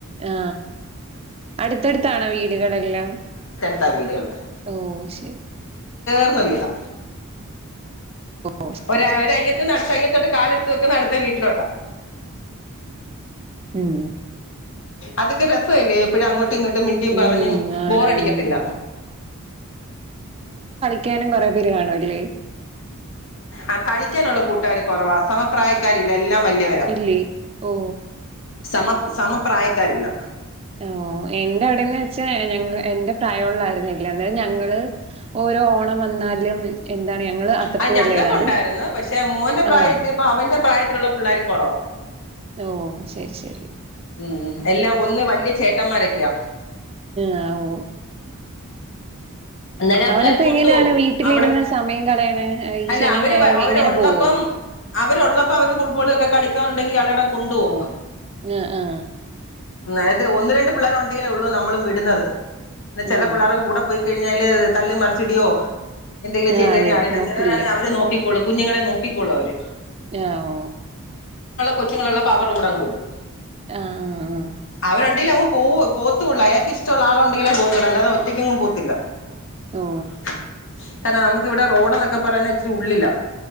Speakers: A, on the right; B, on the left.
A: ആ അടുത്തടുത്താണോ വീടുകളെല്ലാം
B: ത്താ വീടുകള്
A: ഓ ശരി
B: <unintelligible> വീടാ
A: ഓ ശെരി
B: ഒരു
A: ശരി ശരി
B: <unintelligible> കാലെടുത്ത് വെക്കുന്ന അട്ത്ത വീട്ടിലോട്ടാ
A: ഉം
B: അതൊക്കെ രസല്ലേ എപ്പഴും അങ്ങോ ങ്ങട്ടും ഇങ്ങോട്ടും മിണ്ടിയും
A: ഉം
B: പറഞ്ഞും
A: ആണ്
B: ബോറടിക്കത്തില്ല
A: ആണ് ക്കാനും കൊറെ പേര് കാണുവല്ലേ
B: ആ കളിക്കാനുള്ള കൂട്ടുകാര് കുറവാ സമപ്രായക്കാരില്ല എല്ലാം വലിയവരാ
A: ഇല്ലേ ഓ
B: സമ സമ പ്രായക്കാരില്ല
A: ഓ എന്റെ അവിടെന്ന് വെച്ചാ ഞങ്ങ എന്റെ പ്രായമുള്ള ആരുമില്ല അതാ യത് ഞങ്ങള് ഓരോ ഓണം വന്നാലും എന്താണ് ഞങ്ങള് അത്തപ്പൂവല്ലേ
B: അ ഞങ്ങൾക്ക്
A: ഇടാ അത്
B: ഉണ്ടാരുന്നു പക്ഷെ മോന്റെ പ്രായം
A: ആഹ്
B: എത്തിയപ്പോ അവന്റെ പ്രായത്തിലുള്ള പിള്ളാര് കുറവാ
A: ഓ ശരി ശരി
B: ഉം ഉം എല്ലാം ഒന്ന് വല്യ ചേട്ടന്മാരൊക്കെയാ
A: ആ ഓ
B: എന്നാലും ആ
A: അവനപ്പോ
B: പിള്ളേർ കൊണ്ടുപോകും
A: എങ്ങനെയാണ് വീട്ടിലിരുന്ന്
B: അവിടെ
A: സമയം കളയണെ ഈ
B: അല്ല
A: ശനീം
B: അവര്
A: ഞായറൊക്കെ
B: അവരുള്ളപ്പം
A: ഇങ്ങനെ പോവോ
B: അവരുള്ളപ്പോ അവര് ഫുട്ബോളൊക്കെ കളിക്കാൻ ഉണ്ടെങ്കിൽ അവരവിടെ കൊണ്ട് പോകും
A: അ ആ
B: നേരത്തെ ഒന്ന്, രണ്ട് പിള്ളേരുണ്ടെങ്കിലേ ഉ ള്ളൂ നമ്മളും വിടുന്നത്. ചെല
A: ആഹ്
B: പിള്ളാരെ കൂടെ പോയി കഴിഞ്ഞാല് തള്ളി മറിച്ചിടിയൊ എന്തെങ്കിലും
A: ആഹ്
B: ചെയ്ത്
A: അതെ
B: കഴിഞ്ഞാ അറിയത്
A: നോക്കില്ല
B: ചെലവരാന്നേ അവര് നോക്കിക്കോളും. കുഞ്ഞുങ്ങളെ നോക്കിക്കോളൂ അവര്.
A: ന ഓ
B: കൊച്ചുങ്ങള് ള്ളപ്പോ അവരെ കൂടങ്ങ് വിടും.
A: ആഹ് ആഹ് ആഹ്
B: അവരുണ്ടീലെ അ പോ പോത്തൂള്ളൂ. അയാക്ക് ഇഷ്ടമുള്ള ആളുണ്ടെങ്കിലേ പോത്തൂള്ളൂ അല്ലാതെ ഒറ്റക്കെങ്ങും പോത്തില്ല. <unintelligible>
A: ഓ
B: ഇവിടെ റോഡ് ന്നൊക്കെ പറയണ് ച്ചിരി ഉള്ളില.